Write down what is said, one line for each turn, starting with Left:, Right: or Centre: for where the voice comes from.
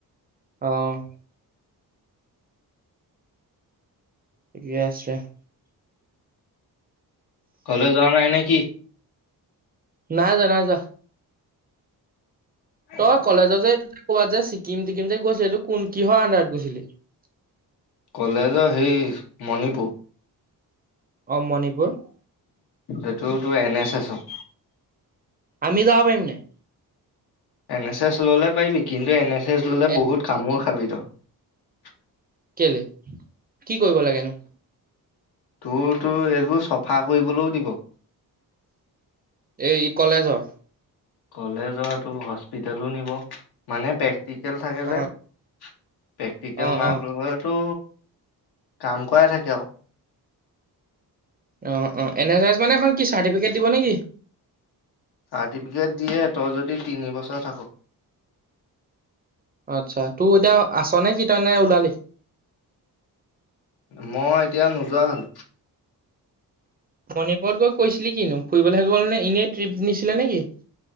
Right: অ', ঠিকে আছে।
Left: কলে যোৱা নাই নেকি?
Right: নাই যোৱা নাই য
Left: অ
Right: তই কলেজৰ যে এই ক'বাত যে ছিকিম টিকিম যে গৈছিলো কোন কিহৰ আন্ধাৰত গৈছিলি। <unintelligible>
Left: কলেজ সেই মণিপুৰ
Right: অ', মণিপুৰ।
Left: এইটো তোৰ এ নে চেচৰ
Right: আমি যাব পাৰিম নাই?
Left: এ নে চেচ ল'লে পাৰিবি, কিন্তু এ নে <unintelligible> ল'লে
Right: এ
Left: বহুত কামোৰ খাবি তই।
Right: কেলে কি কৰিব লাগেনো?
Left: তোৰ, তোৰ এইবোৰ চফা কৰিবলৈও দিব।
Right: এই কলেজৰ
Left: কলেজৰ তোৰ হস্পিতেলো নিব, মানে পেক প্ৰেক্টিকেল থাকে
Right: অ
Left: যে, প্ৰেক্টিকেল
Right: অ
Left: মাৰ্কৰ
Right: অ
Left: লগতো কাম কৰাই থাকে আও।
Right: অ অ এন এছ এছ মানে এখন কি চাৰ্টিফিকেট দিব নেকি?
Left: চাৰৰ্টিফিকেট দিয়ে তই যদি তিনিবছৰ থাক।
Right: আত্চ্ছা তোৰ এতিয়া আছ নে কি তই ওলালি?
Left: মই এতিয়া নোযোৱা হ'ল।
Right: মণিপুৰত গৈ কৈছিলি কিনো, ফুৰিবলহে গ'লনে এনেই ট্ৰিপ নিছিলে নেকি?